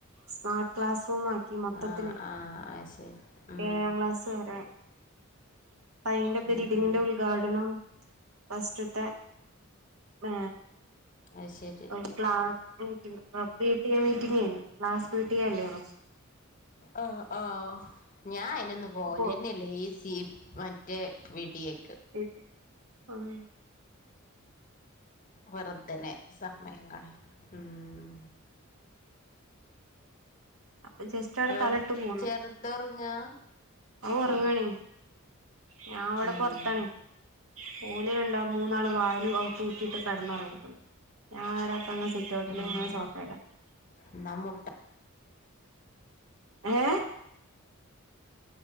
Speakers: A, on the right (about 85°); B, on the left (about 40°).
A: സ്മാർട്ട് ക്ലാസ്റൂ ആ മൊത്തത്തില്ൽ
B: ആഹ് ആഹ് അത് ശരി ഉം
A: ഏഴാം ക്ലാസ് വരെ തയിന്റെ
B: ഉം
A: ബിൽഡിങ്ങിന്റെ
B: ഉം
A: ഉദ്ഘാടനം ഫസ്റ്റത്തെ ആ
B: അത് ശരി
A: അവക്ക് ക്ലാസ്സ്‌ മീറ്റിങ് <unintelligible> ട്ടിയ മീറ്റിംഗ ക്ലാസ് പിറ്റിയ അല്ലേണോ
B: ആഹ ആഹ ഞാൻ അയിനൊന്ന് പോലെന്നെയല്ലേ
A: അപ്പോ
B: ഈ സി മറ്റേ വീട്ടിയ
A: ത ആഹ
B: വെറുതനെ സമയങ്ങളെ ഉം
A: അപ്പൊ ജസ്റ്റോവിടെ
B: എവിടെ
A: തലട്ട് പോണ്
B: ചെറുതൊറങ്ങാ
A: ആ ഉറങ്ങണ ഞാ അവിടെ
B: ഉം
A: പൊറത്താണ ഓലിണ്ടോ മൂന്ന് ങ്ങള് വാതിൽ പൂട്ടിട്ട് കിടന്നു ഉറങ്ങിക്കാണ് ഞാൻ ഇടെ <unintelligible> ചുറ്റോട്ടില
B: ആഹ്
A: ഇങ്ങനെ സോഫല്ല
B: എന്നാ മുട്ട
A: എ